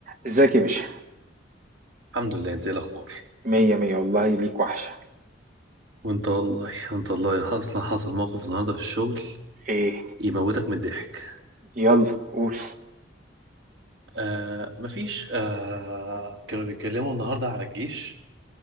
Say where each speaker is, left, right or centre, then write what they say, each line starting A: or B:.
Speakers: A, on the right (about 45°); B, on the right (about 70°).
A: ازيك يا باشا
B: الحمد لله انت ايه الاخبار
A: مية مية والله ليك وحشة
B: وانت والله وانت والله اصلا حصل موقف النهارده في الشغل
A: ايه
B: يموتك من الضحك
A: يلا قول
B: آه مفيش آه كانوا بيتكلموا النهارده على الجيش